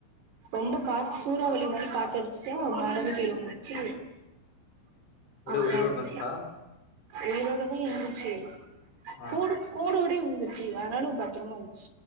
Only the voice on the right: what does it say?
ரொம்ப காத் சூறாவளி மாரி காத்தடிச்சுச்சா மேல இருந்து கீழ விழுந்திருச்சு
அப்புறோ
அந்த
உயிரோடதா இருந்துச்சு
கூடு கூடு அப்டியே விழுந்துச்சு ஆனாலு பத்திரமாச்சு